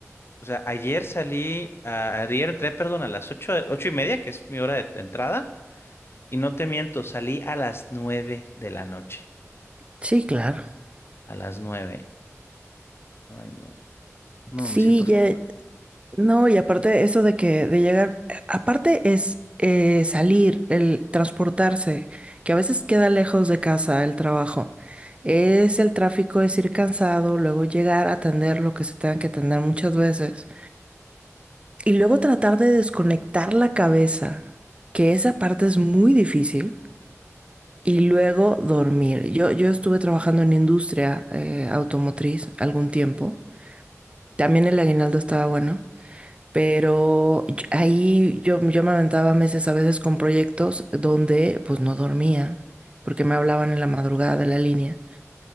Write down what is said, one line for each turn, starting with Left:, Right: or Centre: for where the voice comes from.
Left: o sea, ayer salí, a- ayer entré, perdón, a las ocho, ocho y media, que es mi hora de entrada, y no te miento, salí a las nueve de la noche,
Right: Sí, claro.
Left: a las nueve. Ay, no, no,
Right: Sí,
Left: me siento fatal.
Right: ya, no, y aparte eso de que de llegar, aparte es eh, salir, el transportarse, que a veces queda lejos de casa el trabajo. Es el tráfico, es ir cansado, luego llegar a atender lo que se tenga que atender muchas veces. Y luego tratar de desconectar la cabeza, que esa parte es muy difícil. Y luego dormir. Yo, yo estuve trabajando en industria eh, automotriz algún tiempo. También el aguinaldo estaba bueno. Pero y- ahí yo, yo me aventaba meses a veces con proyectos donde pues no dormía, porque me hablaban en la madrugada de la línea.